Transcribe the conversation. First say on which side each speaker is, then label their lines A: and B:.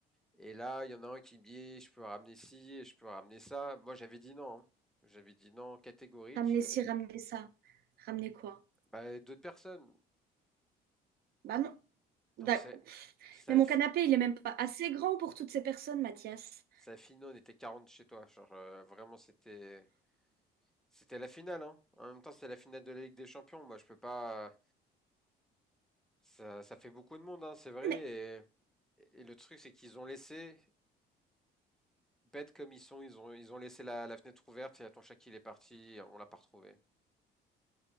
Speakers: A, in the centre; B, on the right.
A: Et là, il y en a un qui me dit, je peux ramener ci, et je peux ramener ça. Moi, j'avais dit non. hein. J'avais dit non, catégorique.
B: Ramener ci, ramener ça. Ramener quoi?
A: Bah, d'autres personnes.
B: Bah non. D'accord.
A: Non, c'est, ça,
B: Mais mon
A: a fi-
B: canapé, il est même pas assez grand pour toutes ces personnes, Mathias.
A: ça a fini, on était 40 chez toi. Genre, euh, vraiment, c'était, C'était la finale, hein. En même temps, c'est la finale de la Ligue des Champions. Moi, je peux pas. Ça, ça fait beaucoup de monde, hein, c'est vrai.
B: Mais,
A: Et, et le truc, c'est qu'ils ont laissé, bêtes comme ils sont, ils ont, ils ont laissé la, la fenêtre ouverte. Et ton chat, il est parti, on l'a pas retrouvé.